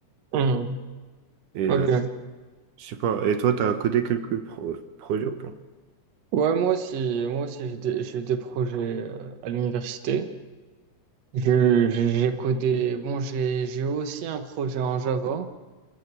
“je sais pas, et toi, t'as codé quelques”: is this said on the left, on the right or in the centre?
Right